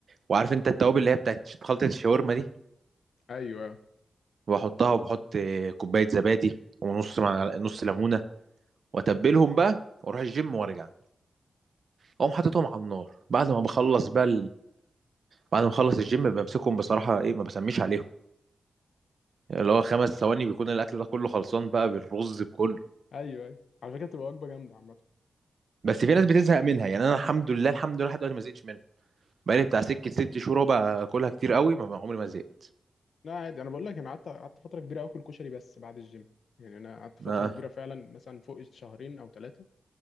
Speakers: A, on the right (about 65°); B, on the left (about 80°).
A: وعارف انت التوابل اللي هي بتاعت خلطه الشاورما دي
B: ايوه
A: وبحطها وبحط آه، كوبايه زبادي ونص مع نص ليمونه واتبلهم بقى واروح الجيم وارجع اقوم حاططهم على النار بعد ما بخلص بقى بعد ما اخلص الجيم بمسكهم بصراحه ايه ما بسميش عليهم يعني اللي هو خمس ثواني بيكون الاكل ده كله خلصان بقى بالرز بكله
B: ايوه ايوه على فكره تبقى وجبه جامده عامه
A: بس في ناس بتزهق منها يعني انا الحمد لله الحمد لله لحد دلوقتي ما زهقتش منها بقالي بتاع سكه ست شهور بقى اكلها كتير قوي ما عمري ما زهقت
B: لا عادي انا بقول لك انا قعدت قعدت فتره كبيره اكل كشري بس بعد الجيم يعني انا قعدت فتره
A: اه
B: كبيره فعلا مثلا فوق شهرين او ثلاثه